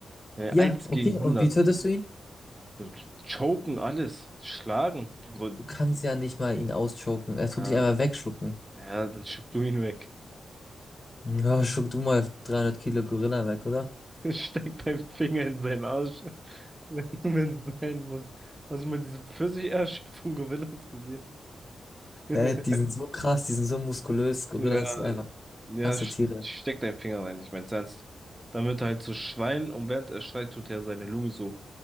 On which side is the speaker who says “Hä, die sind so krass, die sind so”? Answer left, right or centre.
Left